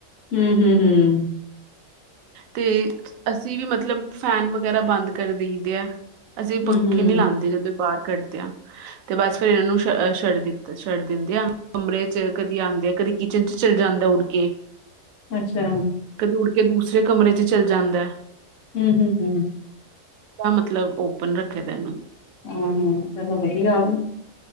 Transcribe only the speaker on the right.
ਤੇ ਅਸੀਂ ਵੀ ਮਤਲਬ ਫੈਨ ਵਗੈਰਾ ਬੰਦ ਕਰ ਦੇਈਦੇ ਆ। ਅਸੀਂ
ਪੰਖੇ
ਨੀ ਲਾਦੇ ਜਦੋਂ ਬਾਹਰ ਕੱਢਦੇ ਹਾ, ਤੇ ਬਦ ਫੇਰ ਇਹਨਾਂ ਨੂੰ ਛੱਡ ਦਿੱਤਾ ਛੱਡ ਦਿੰਦੇ ਆ। ਕਮਰੇ ਚ ਕਦੇ ਆਦੇ ਆ ਕਦੇ ਕਿਚਨ ਚ ਚਲੇ ਜਾਂਦਾ, ਉੱਡ ਕੇ
ਕਦੇ ਉੱਡ ਕੇ ਦੂਸਰੇ ਕਮਰੇ ਚ ਚੱਲ ਜਾਂਦਾ।
ਮਤਲਬ, ਓਪਨ ਰੱਖੇ ਦਾ ਇਹਨੂੰ